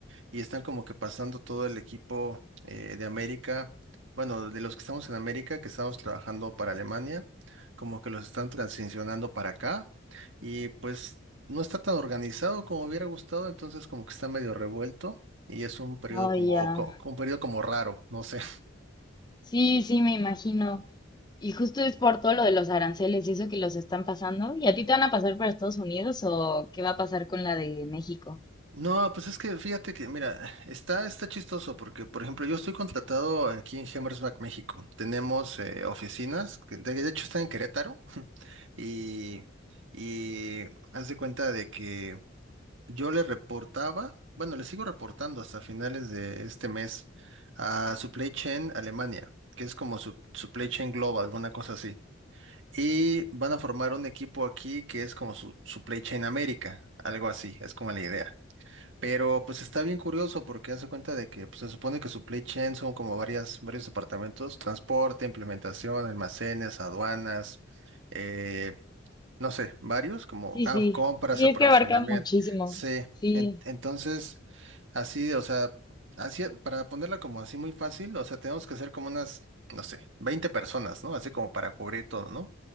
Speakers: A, on the right; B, on the left.
A: y están como que pasando todo el equipo eh, de América, bueno, de los que estamos en América, que estamos trabajando para Alemania, como que los están transicionando para acá y pues no está tan organizado como hubiera gustado, entonces como que está medio revuelto y es un periodo
B: oh,
A: como,
B: ya.
A: co- un periodo como raro, no sé.
B: Sí, sí, me imagino. Y justo es por todo lo de los aranceles y eso que los están pasando. ¿Y a ti te van a pasar para Estados Unidos o qué va a pasar con la de México?
A: No, pues es que fíjate que, mira, está, está chistoso porque, por ejemplo, yo estoy contratado aquí en Hammersback, México. Tenemos eh, oficinas, que de, de hecho está en Querétaro, <laughs> y, y haz de cuenta de que yo le reportaba, bueno, le sigo reportando hasta finales de este mes a Supply Chain Alemania, que es como su, Supply Chain Global, una cosa así. Y van a formar un equipo aquí que es como su Supply Chain América, algo así, es como la idea. Pero pues está bien curioso porque hace cuenta de que pues, se supone que supply chain son como varias, varios departamentos, transporte, implementación, almacenes, aduanas, eh, no sé, varios, como
B: Sí,
A: ah,
B: sí,
A: compras,
B: sí,
A: aprovisionamiento.
B: es que abarca muchísimo.
A: Sí,
B: Sí,
A: en- entonces, así, o sea, así, para ponerla como así muy fácil, o sea, tenemos que ser como unas, no sé, 20 personas, ¿no? Así como para cubrir todo, ¿no?